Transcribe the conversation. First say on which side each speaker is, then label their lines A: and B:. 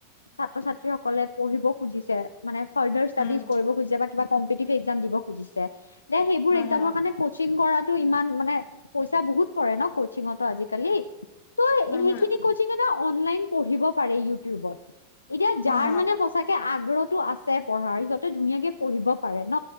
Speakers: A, on the left; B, on the left.
A: ছাত্ৰ ছাত্ৰী সকলে পঢ়িব খুজিছে মানে ফাৰ্দাৰ ষ্টাডিজ
B: উম
A: কৰিব খুজিছে বা কিবা কম্পিটিভ এক্সাম দিব খুজিছে সেইবোৰ
B: হ
A: একজামৰ
B: হ
A: কাৰণে কচিং কৰাটো ইমান মানে পইচা বহুত পৰে ন কচিঙতো আজিকালি তই
B: হ
A: সেইখিনি কচিংতে অনলাইন পঢ়িব পাৰে ইউটিউবত এতিয়া যাৰ
B: হ হ
A: মানে সঁচা কে আগ্ৰহটো আছে পঢ়াৰ সিহঁতে ধুনীয়াকে পঢ়িব পাৰে ন